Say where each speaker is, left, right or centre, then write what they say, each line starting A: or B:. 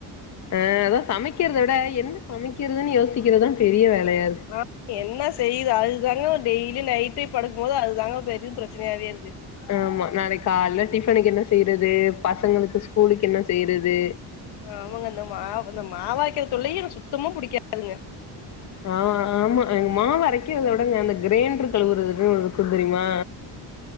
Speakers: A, on the left (about 40°); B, on the left (about 70°).
A: ஆ அதா சமைக்கிறத விட என்ன சமைக்கிறதுன்னு யோசிக்கிறது தா பெரிய வேலையா இருக்கு
B: ஆ என்ன செய்யுது அது தாங்க டெய்லியு நைட் போயி படுக்கும் போது அதுதாங்க பெரிய பிரச்சனையாவே இருக்கு
A: ஆமா நாளிக்கு கால்ல டிஃபனுக்கு என்ன செய்யறது பசங்களுக்கு ஸ்கூலுக்கு என்ன செய்யறது
B: ஆமாங்க அந்த மாவு இந்த மாவரைக்கிற தொல்லையே எனக்கு சுத்தமா புடிக்காதுங்க
A: ஆ ஆமா எங்க மாவு அரைக்கிறத விடங்க அந்த கிரேண்டர் கழுவுறதுன்னு இருக்கு தெரியமா